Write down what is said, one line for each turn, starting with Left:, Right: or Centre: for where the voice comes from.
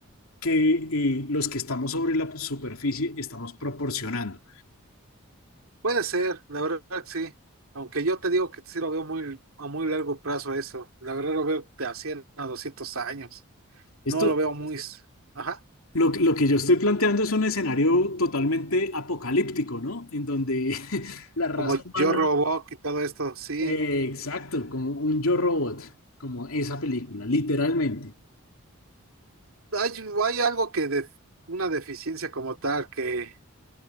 Left: que eh, los que estamos sobre la superficie estamos proporcionando.
Right: Puede ser, la verdad que sí. Aunque yo te digo que sí lo veo muy, a muy largo plazo eso. La verdad lo veo de a 100 a 200 años.
Left: Esto,
Right: No lo veo muy... s- Ajá.
Left: lo, lo que yo estoy planteando es un escenario totalmente apocalíptico, ¿no? En donde <laughs> la raza
Right: Como
Left: humana,
Right: yo Robot y todo esto, sí.
Left: eh, exacto, como un yo robot, como esa película, literalmente.
Right: Hay, hay algo que... De, una deficiencia como tal que,